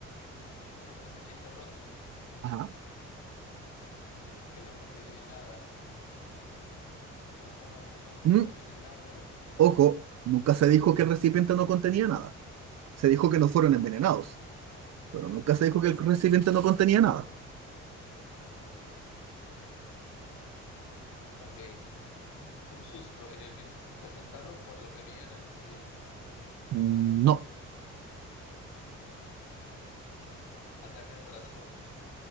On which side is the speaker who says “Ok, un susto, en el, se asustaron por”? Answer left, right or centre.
Left